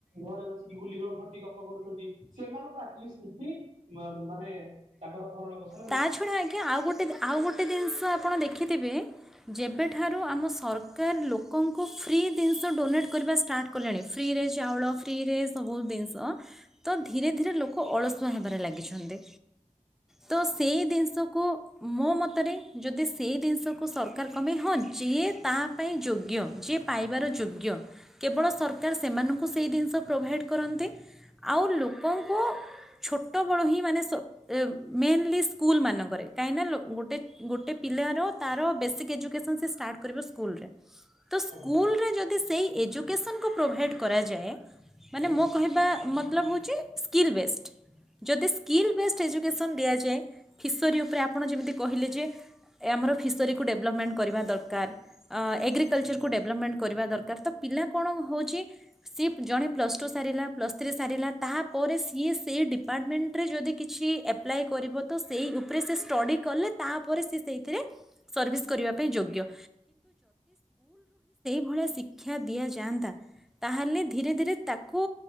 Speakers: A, on the right; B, in the centre.
A: ଘରେ ବସି ଗୁଲି ଗ ଘଟି ଗପ କରୁଚନ୍ତି ସେମାନଙ୍କୁ ଆଟଲିଷ୍ଟ <unintelligible> ମାନେ ତାଙ୍କର ଭରଣ ପୋଷ
B: ତା ଛଡ଼ା ଇ ଆଉ ଗୋଟେ ଆଉ ଗୋଟେ ଦିନିଷ ଆପଣ ଦେଖିଥିବେ ଯେବେଠା ଠାରୁ ଆମ ସରକାର ଲୋକଙ୍କୁ ଫ୍ରି ଦିନଷ ଡୋନେଟ୍ କରିବା ଷ୍ଟାର୍ଟ କଲେଣି ଫ୍ରିରେ ଚାଉଳ ଫ୍ରିରେ ସବୁ ଦିନିଷ। ତ ଧୀରେ ଧୀରେ ଲୋକ ଅଳସୁଆ ହେବାରେ ଲାଗିଛନ୍ତି। ତ ଏ ଦିନଷକୁ ମୋ ମତରେ ଯଦି ସେଇ ଦିନଷକୁ ସରକାର କମେ ହଁ ଯିଏ ତା ପାଇଁ ଯୋଗ୍ୟ ଯିଏ ପାଇବାର ଯୋଗ୍ୟ କେବଳ ସରକାର ସେମାନଙ୍କୁ ସେଇ ଦିନଷ ପ୍ରୋଭାଇଡ଼ କରନ୍ତେ ଆଉ ଲୋକଙ୍କୁ ଛୋଟ ବଳୁ ହିଁ ମାନେ ସେ ଅ ମେନ୍ଲି। ସ୍କୁଲମାନଙ୍କରେ କାହିଁକି ନା ଲୋ ଗୋଟେ ଗୋଟେ ପିଲାର ତାର ବେସିକ୍ ଏଜୁକେସନ୍ ସେ ଷ୍ଟାର୍ଟ କରିବ ସ୍କୁଲରେ। ତ
A: ଆଜ୍ଞା
B: ସ୍କୁଲରେ ଯଦି ସେଇ। ଏଜୁକେସନକୁ ପ୍ରୋଭାଇଡ଼୍ କରାଯାଏ। ମାନେ
A: ଆଜ୍ଞା
B: ମୋ କହିବା ମ ମତଲବ ହୋଉଚି ସ୍କିଲ୍ ବେଷ୍ଟ ଯଦି ସ୍କିଲ୍ ବେଷ୍ଟ ଏଜୁକେସନ୍ ଦିଆଯାଏ। ଫିସରୀ ଉପରେ ଆପଣ ଯେମିତି କହିଲେ ଯେ ଆମର ଫିସରୀକୁ ଡେଭଲପମେଣ୍ଟ କରିବା ଦରକାର ଅଁ ଏଗ୍ରିକଲଚରକୁ ଡେଭଲପମେଣ୍ଟ କରିବା ଦରକାର ତ ପିଲା କଣ ହୋଉଚି ସିଏ ଜଣେ ପ୍ଲସ୍ ଟୁ ସାରିଲା ପ୍ଲସ୍ ଥ୍ରୀ ସାରିଲା ତାପରେ ସିଏ ସେଇ ଡିପାର୍ଟମେଣ୍ଟରେ ଯଦି କିଛି ଏପ୍ଲାଏ କରିବ। ତ ସେଇ ଉପରେ ସେ ଷ୍ଟଡ଼ି କଲେ ତାପରେ ସିଏ ସେଇଥିରେ ସର୍ଭିସ୍ କରିବା ପାଇଁ ଯୋଗ୍ୟ ଭଳିଆ ଶିକ୍ଷା ଦିଆଯାଆନ୍ତା ତାହେଲେ ଧୀରେ ଧୀରେ ତାକୁ